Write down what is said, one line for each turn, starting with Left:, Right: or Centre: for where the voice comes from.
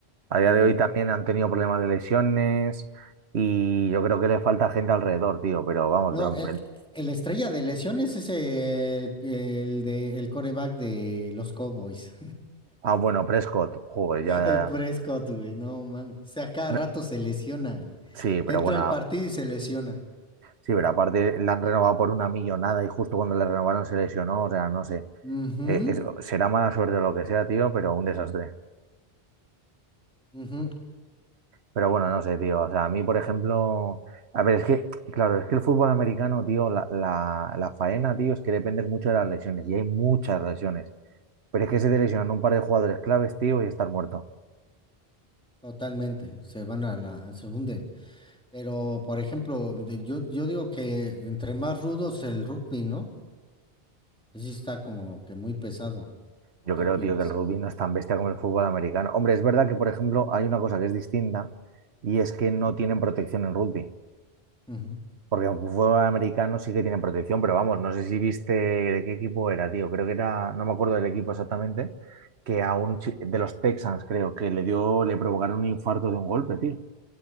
Right: a
Centre: también.
Right: día de hoy también han tenido problemas de lesiones y yo creo que le falta gente alrededor, tío. Pero vamos,
Centre: No,
Right: de lo-
Centre: el,
Right: me-
Centre: el estrella de lesiones es el, el de el coreback de los Cowboys.
Right: ah, bueno, Prescott, joder, ya, ya-
Centre: El Prescott, güey, no mames. O sea, cada
Right: no-
Centre: rato se lesiona, güey.
Right: sí, pero
Centre: Entra
Right: bueno,
Centre: al
Right: a-
Centre: partido y se lesiona.
Right: sí, pero aparte la han renovado por una millonada y justo cuando le renovaron se lesionó, o sea, no sé.
Centre: Ujú,
Right: Eh, es- será mala suerte o lo que sea, tío, pero un desastre.
Centre: ujú,
Right: Pero bueno, no sé, tío. O sea, a mí, por ejemplo, a ver, es que, claro, es que el fútbol americano, tío, la, la, la faena, tío, es que dependes mucho de las lesiones y hay muchas lesiones. Pero es que se te lesionan un par de jugadores claves, tío, y estar muerto.
Centre: Totalmente. Se van a la, se hunden. Pero, por ejemplo, de- yo, yo digo que entre más rudos el rugby, ¿no? Sí está como que muy pesado. ¿O
Right: Yo
Centre: qué
Right: creo,
Centre: opinas?
Right: tío, que el rugby no es tan bestia como el fútbol americano. Hombre, es verdad que, por ejemplo, hay una cosa que es distinta y es que no tienen protección en rugby.
Centre: Ujú, ujú.
Right: Porque aunque fútbol americano sí que tienen protección, pero vamos, no sé si viste de qué equipo era, tío. Creo que era, no me acuerdo del equipo exactamente, que a un chi- de los Texans, creo, que le dio, le provocaron un infarto de un golpe, tío.